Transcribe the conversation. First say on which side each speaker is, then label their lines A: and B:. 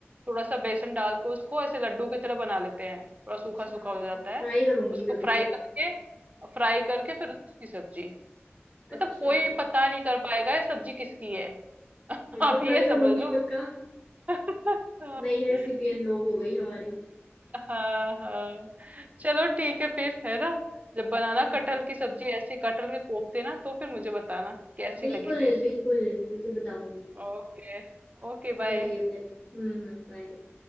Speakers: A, on the right; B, on the left.
A: थोड़ा सा बेसन डाल के उसको ऐसे लड्डू की तरह बना लेते हैं थोड़ा सूखा
B: अच्छा
A: सूखा हो जाता
B: ट्राई
A: है
B: करूंगी
A: उसको
B: कभी
A: फ्राई
B: तो
A: करके फ्राई करके फिर उसकी सब्जी
B: अच्छा
A: मतलब कोई पता नहीं कर पाएगा ये सब्जी किसकी है <laughs>
B: फिर
A: आप
B: तो
A: ये
B: ट्राई करूंगी
A: समझ लो
B: पक्का
A: <laughs>
B: नई रेसिपी अनलॉक हो गई हमारी
A: हाँ हाँ चलो ठीक है फिर है ना जब बनाना
B: हाँ हाँ
A: कटहल की सब्जी ऐसी कटहल के कोफ्ते ना तो फिर मुझे बताना कैसी
B: बिल्कुल
A: लगी टेस्ट
B: बिल्कुल बिल्कुल बताऊंगी
A: Okay okay bye
B: चलिए फिर हम्म हम्म बाय